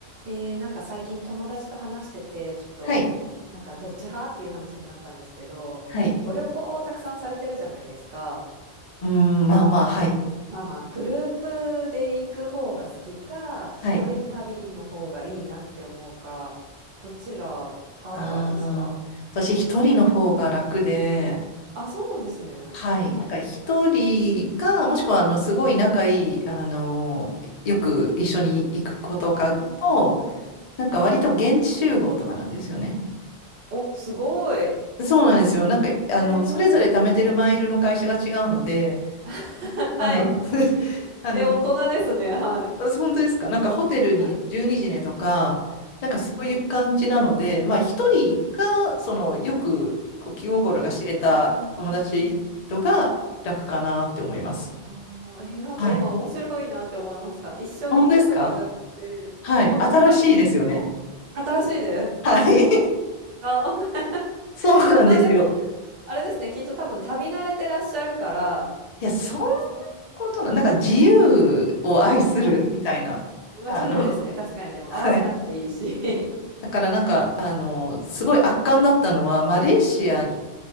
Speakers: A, on the right; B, on the left.
A: えー、なんか最近友達と話してて、ちょっと、
B: はい。
A: なんかどっち派っていう話になったんですけど、
B: はい。
A: ご旅行をたくさんされてるじゃないですか。
B: うーん、まあまあ、はい。
A: まあまあ、グループで行く方が好きか、一人旅の方がいいなって思うか、
B: はい。
A: どちら派とかありますか
B: ああ、私一人の方が楽で、
A: はい。あ、そうなんですね。
B: はい。
A: はい。
B: なんか一人か、もしくは、あの、すごい仲いい、
A: うん
B: あの、よく一緒に行く子とかと、
A: うんうんうん
B: なんか割と現地集合とかなんですよね。
A: お、すごい。へ
B: そうなんですよ。なんか、あの、
A: え。
B: それぞれ貯めてるマイルの会社が違うので、
A: <laughs> はい。
B: あの、<laughs>
A: <laughs>
B: あの、
A: え、大人ですね。はい。
B: あ本当ですかなんかホテルに12時ねとか、
A: はい。
B: なんかそういう感じなので、
A: はいはい。
B: まあ一人が、
A: はい。
B: そのよくこう気心が知れた友達とが楽かなって思います。
A: うんうんうんうんうん。ああ、え、なんか今面白いなって思いました。
B: はい。
A: 一緒に行くとかじゃなくて、
B: 本当ですかはい。
A: 友達と行っても、
B: 新しいですよね。
A: 新しいです。
B: <laughs> はい。
A: あー <laughs> ま
B: <laughs> そうなんですよ。
A: あ、な、でも、あれですね、きっと多分旅慣れてらっしゃるから、
B: いや、そんな
A: 別に、
B: ことな、なんか自由を愛するみたいな、
A: まあ、うん。まあ自由ですね、
B: あの、
A: 確かに。でも合わせなくていいし。
B: はい。だからなんか、あの、すごい圧巻だったのは、マレーシアに
A: <laughs> はい。